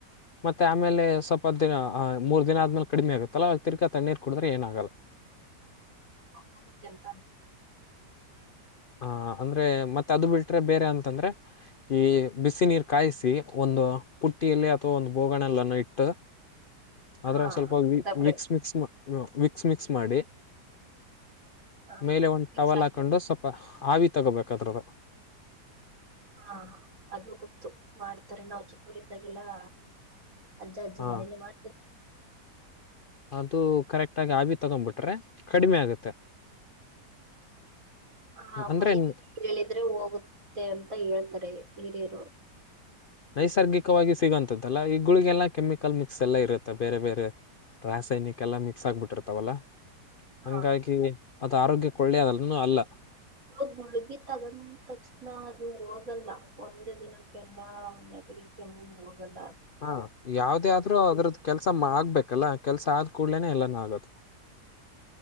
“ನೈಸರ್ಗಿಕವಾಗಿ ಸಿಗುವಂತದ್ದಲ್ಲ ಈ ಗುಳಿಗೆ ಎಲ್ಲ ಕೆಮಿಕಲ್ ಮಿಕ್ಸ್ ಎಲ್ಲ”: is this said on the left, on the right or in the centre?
Left